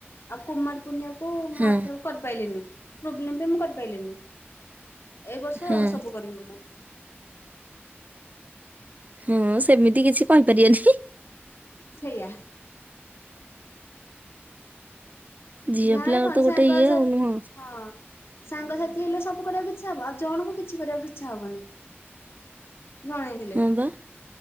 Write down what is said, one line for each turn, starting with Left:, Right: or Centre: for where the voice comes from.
Left: ଆଉ କୁମାରପୂର୍ଣ୍ଣିମା କୁ ମୁ
Right: ହଁ
Left: ଆର ଥରକ କରିପାରଲିନି ପ୍ରୋବ୍ଲେମ୍ ପାଇଁ ମୁଁ କରିପାରଲିନି। ଏଇ ବର୍ଷ
Right: ହଁ
Left: ସବୁ କରିବି ପୁରା।
Right: ହଁ ସେମିତି କିଛି କହିପାରିବେନି।
Left: ସେଇୟା।
Right: ଝିଅ
Left: ଗାଁରେ
Right: ପିଲାଙ୍କର
Left: କଣ
Right: ତ ଗୋଟେ
Left: ସାଙ୍କ
Right: ଇଏ
Left: <unintelligible>
Right: ଆଉ ନୁହଁ
Left: ହଁ ସାଙ୍ଗସାଥି ହେଲେ ସବୁ କରିବାକୁ ଇଛା ହବ। ଆଉ ଜଣଙ୍କୁ କିଛି କରିବାକୁ ଇଚ୍ଛା ହବନି। ଜଣେ ହେଲେ
Right: ହଁ ବା।